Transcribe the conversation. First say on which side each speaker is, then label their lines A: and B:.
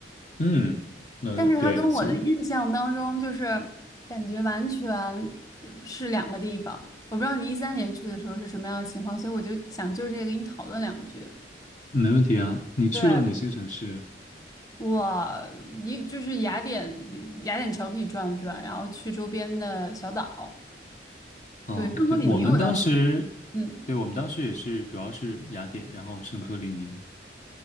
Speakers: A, on the left (about 40°); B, on the left (about 20°).
A: 嗯，那对，
B: 但是他跟我的印象当中就是
A: 行，
B: 感觉完全呃是两个地方。我不知道你一三年去的时候是什么样的情况，所以我就想就这个跟你讨论两句。
A: 没问题啊。你去了哪些城市？
B: 对。我一就是雅典雅典城里转了转，然后去周边的小岛。
A: 嗯，
B: 对，圣托里尼我倒
A: 对，我们当时，
B: 嗯，
A: 对，我们当时也是，主要是雅典，然后圣托里尼。